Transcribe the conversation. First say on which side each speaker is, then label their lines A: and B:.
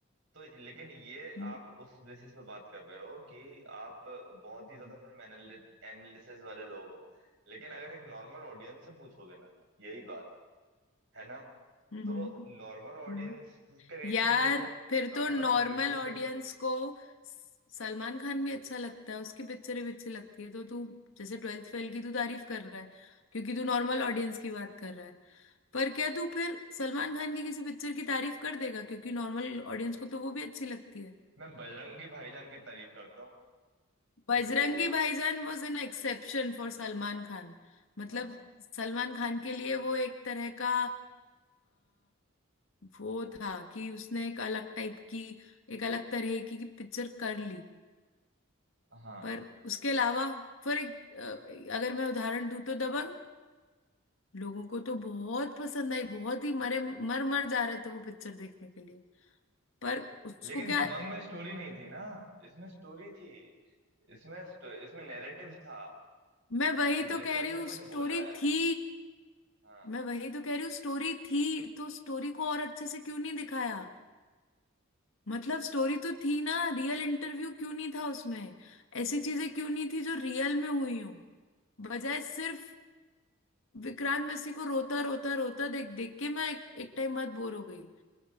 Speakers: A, on the right; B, on the left.
A: तो लेकिन ये
B: हम्म
A: आप उस बेसिस पे बात कर रहे हो कि आप बहुत ही ज्यादा फिल्म एनालिसिस वाले लोग हो लेकिन अगर एक नॉर्मल ऑडियंस से पूछोगे ना यही बात है ना
B: <clears throat> हम्म
A: तो नॉर्मल ऑडियंस
B: हम्म
A: का रिएक्शन
B: यार
A: देखो
B: फिर
A: नॉर्मल
B: तो नॉर्मल
A: रिव्यूज
B: ऑडियंस
A: देखो
B: को स- सलमान खान भी अच्छा लगता है उसकी पिक्चरें भी अच्छी लगती है तो तू जैसे ट्वेल्थ फेल की तू तारीफ कर रहा है क्योंकि तू नॉर्मल ऑडियंस की बात कर रहा है पर क्या तू फिर सलमान खान की किसी पिक्चर की तारीफ कर देगा क्योंकि नॉर्मल ऑडियंस को तो वो भी अच्छी लगती है
A: मैं बजरंगी भाईजान की तारीफ करता हूँ क्योंकि
B: Bajrangi
A: हाँ वो उस
B: Bhaijaan was an exception for Salman Khan मतलब
A: हाँ
B: सलमान खान के लिए वो एक तरह का वो था कि उसने एक अलग टाइप की एक अलग तरह की, की पिक्चर कर ली
A: हाँ
B: पर उसके अलावा फॉर एक अ, अगर मैं उदाहरण दूं तो दबंग लोगों को तो बहुत पसंद आई बहुत ही मरे मर मर जा रहे थे वो पिक्चर देखने के लिए पर उसको
A: लेकिन
B: क्या
A: दबंग में स्टोरी नहीं थी ना इसमें स्टोरी थी इसमें इसमें नैरेटिव था
B: मैं
A: है
B: वही
A: ना डायरेक्टर
B: तो कह रही
A: ने
B: हूँ स्टोरी
A: कुछ बोला है
B: थी
A: हाँ
B: मैं वही तो कह रही हूँ स्टोरी थी तो स्टोरी को और अच्छे से क्यों नहीं दिखाया मतलब स्टोरी तो थी ना रियल इंटरव्यू क्यों नहीं था उसमें ऐसी चीजें क्यों नहीं थी जो रियल में हुई हूं बजाय सिर्फ विक्रांत मैसी को रोता रोता रोता देख देख के मैं एक, एक टाइम बाद बोर हो गई